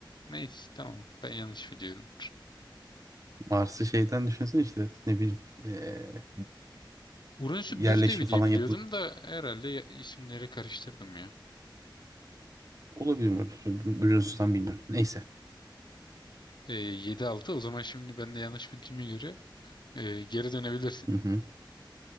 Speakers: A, on the left; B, on the right.
A: Neyse tamam. Ben yanlış biliyorum.
B: Mars'ı şeyden düşünsene işte ne bileyim e,
A: Uranüs'ü
B: yerleşim
A: buz devi diye
B: falan
A: biliyordum
B: yapılır.
A: da herhalde ya- isimleri karıştırdım ya.
B: Olabilir mi? Biliyorsunuz bilmiyorum. Neyse.
A: Ee, 7-6 o zaman şimdi ben de yanlış bildiğime göre e, geri dönebilirsin.
B: Hı hı.